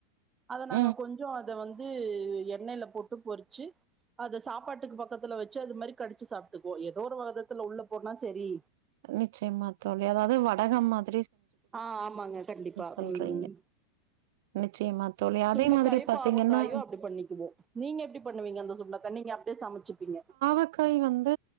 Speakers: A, on the right (about 20°); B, on the right (about 65°).
A: அத நாங்க
B: ம்.
A: கொஞ்சோ அத வந்து எண்ணெய்ல போட்டு பொறிச்சு அத சாப்பாட்டுக்கு பக்கத்துல வெச்சு அது மாரி கடிச்சு சாப்ட்டுக்குவோ எதோ ஒரு வதத்துல உள்ள போனா செரி
B: நிச்சயமா தோழி அதாவது வடகம் மாதி
A: ஆ ஆமாங்க கண்டிப்பா
B: சொல்றீங்க.
A: ம்
B: நிச்சயமா தோழி. அதே
A: சுண்டக்காயு
B: மாதிரி பாத்தீங்கன்னா,
A: பாவக்காயு அப்புடி பண்ணிக்குவோ நீங்க எப்புடி பண்ணுவீங்க அந்த சுண்டைக்கா நீங்க அப் டியே சமச்சுப்பிங்க
B: டக்காய் வந்து